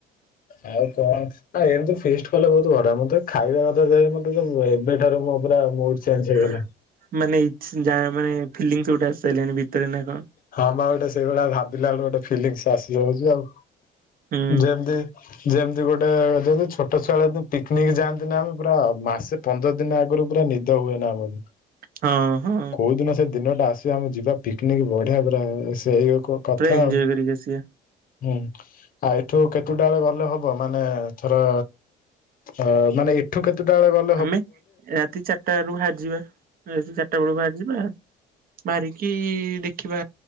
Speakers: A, on the left; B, on the right.
A: ଆଉ କଣ? ଆ ଏମିତି ଫିଷ୍ଟ୍ କଲେ ବହୁତ ବଢିଆ ମତେ ଖାଇବା କଥା ଯେ ମତେ ଏବେଠାରୁ ମୋ ପୁରା ମୁଡ ଚେଞ୍ଜ ହେଇଗଲା।
B: <inaudible> ମାନେ ଇଛ୍ ଯା ମାନେ ଫିଲିଙ୍ଗସ୍ ଗୋଟେ ଆସି ସାଇଲାଣି ଭିତରେ ନା କଣ?
A: ହଁ ପା ଗୋଟେ ସେଇଭଳିଆ ଭାବିଲା ବେଳକୁ ଗୋଟେ ଫିଲଙ୍ଗସ୍ ଆସି ଯାଉଛି ଆଉ
B: ହୁଁ।
A: ଯେମିତି ଯେମିତି ଗୋଟେ ଜେମତି ଛୋଟ ଛୁଆ ବେଳେ ଜେମତି ପିକନିକ ଯାଆନ୍ତି ନା ଆମେ ପୁରା ମାସେ ପନ୍ଦର ଦିନ ଆଗରୁ ପୁରା ନିଦ ହୁଏ ନା ଆମକୁ।
B: ହଁ ହଁ
A: କୋଉ ଦିନ ସେ ଦିନଟା ଆସିବ ଆମେ ଯିବା ପିକନିକ ବଢିଆ ପୁରା ସେଇକୁ କଥା
B: ପୁରା ଏଞ୍ଜୟ
A: ଆଉ
B: କରିକି ଆସିବା।
A: ହୁଁ ଆଉ ଏଠୁ କେତେଟା ବେଳେ ଗଲେ ହବ ମାନେ ଥର ଅ ମାନେ ଏ ଠୁ କେତଟା ବେଳେ ଗଲ୍
B: ଆମେ ରାତି ଚାରିଟା ରୁ ବାହାରିଯିବା ରାତି ଚାରିଟା ବେଳୁ ବାହାରିଯିବା ମାରିକି ଦେଖିବା